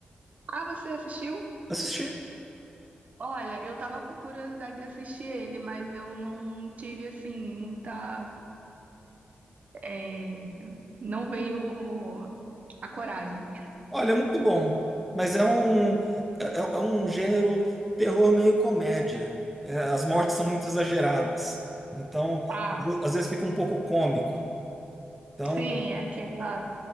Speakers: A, on the right (about 45°); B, in the centre.
A: Ah, você assistiu?
B: Assisti.
A: Olha, eu tava com curiosidade de assistir ele, mas eu não tive, assim, muita. é, Não veio a coragem.
B: Olha, é muito bom, mas é um, é, é é um gênero terror meio comédia. É, as mortes são muito exageradas. Então,
A: Ah,
B: às ve- às vezes fica um pouco cômico. Então,
A: sim, é aquela.